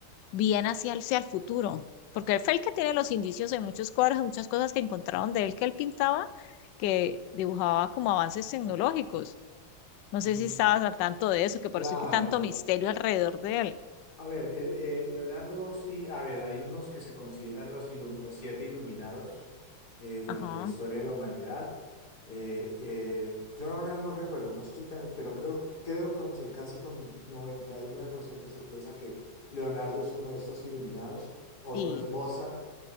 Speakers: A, on the left; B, on the left.
A: bien hacia el, hacia el futuro, porque él fue el que tiene los indicios de muchos cuadros, de muchas cosas que encontraron de él que él pintaba, que dibujaba como avances tecnológicos. No sé
B: Mm,
A: si estabas al tanto de eso, que por
B: Claro,
A: eso hay que tanto misterio alrededor de él.
B: A ver, eh, eh, Leonardo, sí, a ver, hay unos que se consideran los, ilu- los siete iluminados eh, durante
A: Ajá,
B: la historia de la humanidad. Eh, eh, yo ahora no recuerdo, no estoy tan, pero creo, creo con ce- casi con 99% de certeza que Leonardo es uno de estos iluminados. Otro
A: sí,
B: es Mozart,